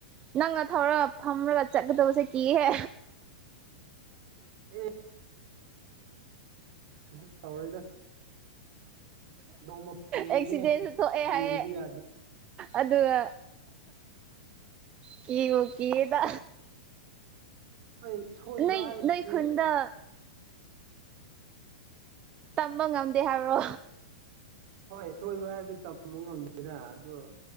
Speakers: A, on the right (about 25°); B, on the right (about 50°).
A: ꯅꯪꯅ ꯊꯧꯔꯒ ꯐꯝꯂꯒ ꯆꯠꯀꯗꯕꯁꯦ ꯀꯤꯍꯦ
B: ꯑꯦ ꯀꯩꯁꯨ ꯇꯧꯔꯣꯏꯗ ꯅꯣꯡꯃ ꯄꯨꯒꯦ
A: ꯑꯦꯛꯁꯤꯗꯦꯟꯁꯨ ꯊꯣꯛꯑꯦ
B: ꯀꯤꯕ
A: ꯍꯥꯏꯌꯦ
B: ꯌꯥꯗꯦ
A: ꯑꯗꯨꯒ ꯀꯤꯕꯨ ꯀꯤꯌꯦꯗ
B: ꯍꯣꯏ ꯁꯣꯏꯕ
A: ꯅꯣꯏ
B: ꯍꯥꯏꯕꯁꯤꯗꯤ
A: ꯅꯣꯏ ꯈꯨꯟꯗ ꯇꯝꯕ ꯉꯝꯗꯦ ꯍꯥꯏꯕ꯭ꯔꯣ
B: ꯍꯣꯏ ꯁꯣꯏꯕ ꯍꯥꯏꯕꯗꯤ ꯇꯝꯕ ꯉꯝꯗꯦꯅ ꯑꯗꯨ